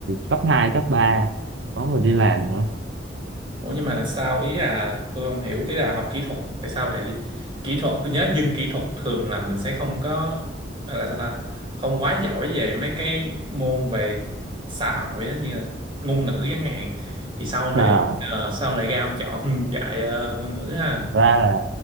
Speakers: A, on the right; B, on the right.
A: cấp 2 cấp ba có người đi làm nữa
B: Ủa nhưng mà sao ý là tôi không hiểu ý là học kỹ thuật tại sao lại li- kỹ thuật tôi nhớ dân kỹ thuật thường là mình sẽ không có gọi là sao ta không quá giỏi về mấy cái môn về xã hội đó, như là ngôn ngữ chẳng hạn thì sao ông
A: à,
B: lại ờ, sao ông lại ra ông chọn <laughs> dạy ờ, ngôn ngữ ha
A: thực ra là